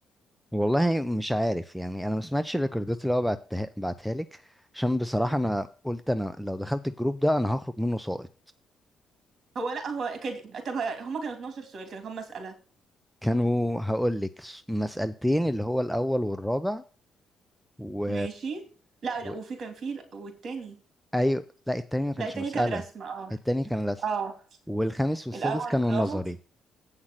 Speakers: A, in the centre; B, on the right.
A: والله مش عارف يعني انا ما سمعتش الريكوردات اللي هو بعتها بعتها لك عشان بصراحه انا قلت انا لو دخلت الجروب ده انا هخرج منه ساقط
B: هو لا هو كان طب هما كانوا 12 سؤال كانوا كام مساله
A: كانوا هقول لك مسألتين اللي هو الأول والرابع و...
B: ماشي لا لا
A: و...
B: وفي كان في لا، والتاني
A: أيوة لا التاني ما كانش
B: لا التاني
A: مسألة
B: كان رسم اه
A: التاني كان رسم
B: اه
A: والخامس والسادس
B: الاول
A: كانوا
B: والرابع
A: نظري